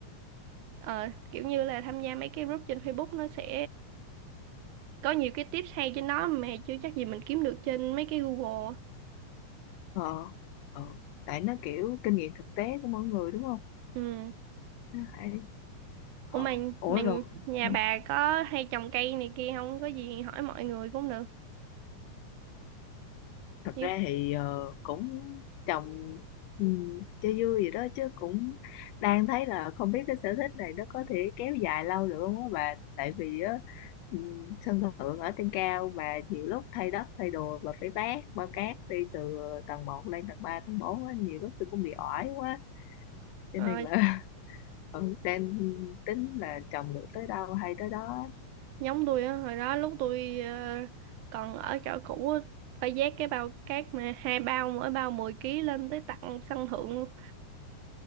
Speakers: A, on the right; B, on the left.
A: ờ, kiểu như là tham gia mấy cái group trên Facebook nó sẽ có nhiều cái tips hay trên đó mà chưa chắc gì mình kiếm được trên mấy cái Google
B: Ờ, ờ, tại nó kiểu kinh nghiệm thực tế của mỗi người đúng không?
A: ừ
B: Nó hay. Ờ,
A: Ủa mà,
B: ủa
A: mà
B: rồi.
A: nhà
B: ờ.
A: bà có hay trồng cây này kia không? Có gì hỏi mọi người cũng được.
B: thật
A: Giúp.
B: ra thì ờ, cũng trồng ừ, cho vui vậy đó chứ cũng đang thấy là không biết cái sở thích này nó có thể kéo dài lâu được không á bà tại vì á ừ, sân thượng ở trên cao mà nhiều lúc thay đất thay đồ và phải vác bao cát đi từ tầng một lên tầng 3 tầng 4 á nhiều lúc tôi cũng bị oải quá cho
A: Ờ,
B: nên là <laughs> ừ, đang tính là trồng được tới đâu hay tới đó á.
A: Giống tôi á, hồi đó lúc tôi ờ, còn ở chỗ cũ á, phải vác cái bao cát mà hai bao mỗi bao 10 ký lên tới tận sân thượng luôn.